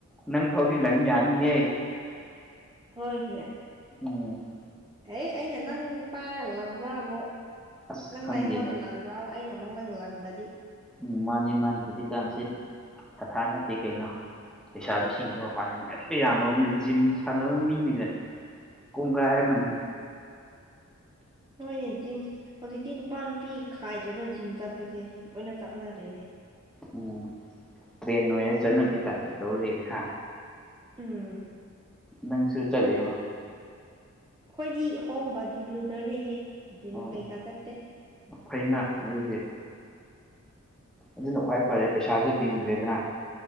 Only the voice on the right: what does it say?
ꯍꯣꯏ ꯅꯦ
ꯍꯩ ꯑꯩꯅ ꯅꯪ ꯄꯥꯏꯔ ꯂꯪꯕ꯭ꯔꯥ ꯑꯃꯨꯛ
ꯅꯪꯅ
ꯑꯩꯉꯣꯟꯗ ꯂꯪꯕ꯭ꯔꯥ ꯑꯃꯥ ꯑꯩꯅ ꯃꯨꯛ ꯅꯪ ꯂꯪꯉꯗꯤ
ꯍꯣꯏꯅꯦ ꯖꯤꯝ ꯍꯧꯖꯤꯛꯇꯤ ꯅꯨꯄꯥ ꯅꯨꯄꯤ ꯈꯥꯏꯗ꯭ꯔꯕ ꯖꯤꯝ ꯆꯠꯄꯖꯦ ꯂꯣꯏꯅ ꯆꯠꯅꯔꯦꯅꯦ
ꯎꯝ
ꯈꯣꯏꯗꯤ ꯍꯣꯝ ꯕꯗꯤ ꯕꯤꯜꯗꯔꯅꯦꯍꯦ ꯖꯤꯝ
ꯀꯩꯀꯥ ꯆꯠꯇꯦ